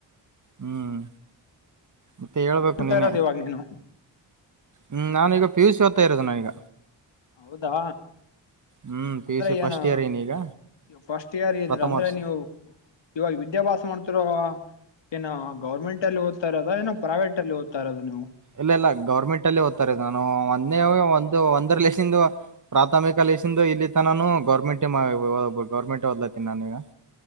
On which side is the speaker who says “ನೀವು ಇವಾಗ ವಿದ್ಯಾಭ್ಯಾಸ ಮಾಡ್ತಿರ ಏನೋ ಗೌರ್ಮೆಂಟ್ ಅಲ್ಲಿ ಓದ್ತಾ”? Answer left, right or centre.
Left